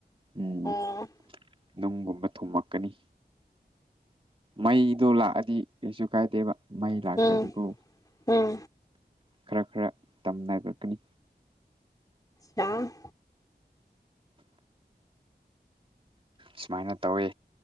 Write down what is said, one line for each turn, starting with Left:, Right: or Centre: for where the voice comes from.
Right: ꯎꯝ
Left: ꯑꯣ
Right: ꯅꯨꯡꯒꯨꯝꯕ ꯊꯨꯝꯃꯛꯀꯅꯤ ꯃꯩ ꯑꯗꯣ ꯂꯥꯛꯑꯗꯤ ꯀꯩꯁꯨ ꯀꯥꯏꯗꯦꯕ ꯃꯩ ꯂꯥꯛꯇ꯭ꯔꯗꯤꯀꯣ
Left: ꯎꯝ ꯎꯝ
Right: ꯈꯔ ꯈꯔ ꯇꯝꯅꯔꯛꯀꯅꯤ
Left: ꯑ
Right: ꯁꯨꯃꯥꯏꯅ ꯇꯧꯋꯦ